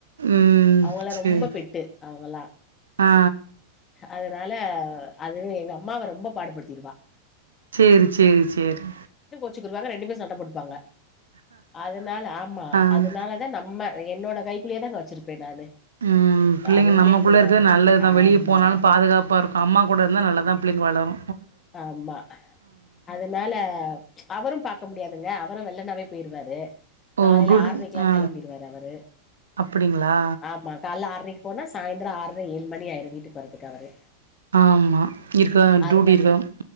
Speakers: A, on the right; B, on the left.
A: ம்
B: அவுங்கல்லா
A: சேரி
B: ரொம்ப பெட்டு அவுங்கல்லா
A: ஆ
B: அதனால அதுவே எங்க அம்மாவ ரொம்ப பாடுபடுத்திருவா
A: சேரி சேரி சேரி
B: அச்சிக்கிருவாங்க ரெண்டு பேர் சண்டப்போட்டுப்பாங்க அதனால ஆமா
A: ஆ
B: அதனால தா நம்ம என்னோட கைக்குள்ளயே தாங்க வச்சிருப்பே நானு
A: ம் பிள்ளைங்க
B: அதுவுமே
A: நம்மக்குள்ள
B: அப்படிதா
A: இருக்கது
B: இருக்கு
A: நல்லது தா
B: ஆமா
A: வெளிய போனாலு பாதுகாப்பா இருக் அம்மா கூட இருந்தா நல்லா தா பிள்ளைங்க வளரோ
B: ஆமா அதுனால அவரு பாக்க முடியாதுங்க அவரு வெள்ளனாவே போயிருவாரு காலைல
A: ஓ டூட்
B: ஆறைக்குல்லா
A: ஆ
B: கெளம்பிருவாரு அவரு
A: அப்டிங்களா
B: ஆமா கால்ல ஆறைக்கு போனா சாயந்ரோ ஆற ஏழு மணி ஆயிரு வீட்டுக்கு வரத்துக்கு அவரு
A: ஆமா இருக்க
B: அதுன
A: டூட்டி இருக்கம்